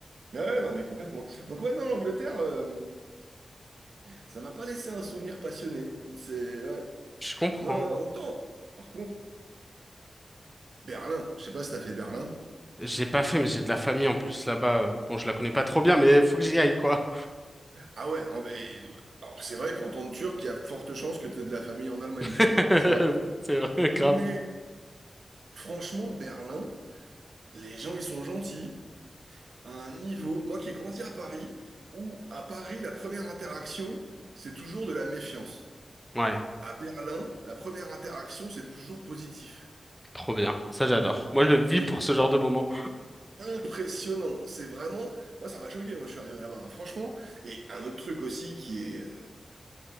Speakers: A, on the right; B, in the centre.
A: ah ouais, non mais complètement. Donc ouais, non, l'Angleterre, euh, ça m'a pas laissé un souvenir passionné. C'est ouais.
B: Je comprends.
A: Non, autant. Par contre, Berlin. Je sais pas si t'as fait Berlin.
B: J'ai pas fait, mais j'ai de la famille en plus là-bas. Bon, je la connais pas trop bien, mais faut que j'y aille quoi.
A: Ah ouais. oh, mais- Alors c'est vrai qu'en tant que Turc, il y a de fortes chances que t'aies de la famille en Allemagne,
B: <laughs>
A: tu me diras. C'est vrai.
B: C'est vrai,
A: Mais
B: grave.
A: franchement, Berlin, les gens ils sont gentils. un niveau, moi qui ai grandi à Paris, où à Paris, la première interaction, c'est toujours de la méfiance.
B: Ouais,
A: À Berlin, la première interaction, c'est toujours positif.
B: trop bien. Ça j'adore. Moi, je vis
A: C'était
B: pour ce genre de moment.
A: impressionnant. C'est vraiment, moi ça m'a choqué quand je suis arrivé là-bas, hein, franchement. Et un autre truc aussi qui est euh,